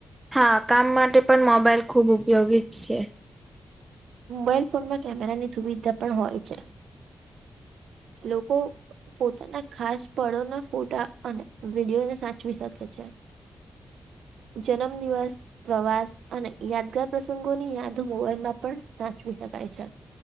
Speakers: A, on the right; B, on the right.
A: હા કામ માટે પણ મોબાઈલ ખુબ ઉપયોગી જ છે.
B: મોબાઈલ ફોનમાં કેમેરાની સુવિધા પણ હોય છે. લોકો પોતાના ખાસ પળોના ફોટા અને વિડીયોને સાચવી શકે છે. જન્મદિવસ પ્રવાસ અને યાદગાર પ્રસંગોની યાદો મોબાઈલમાં પણ સાચવી શકાય છે.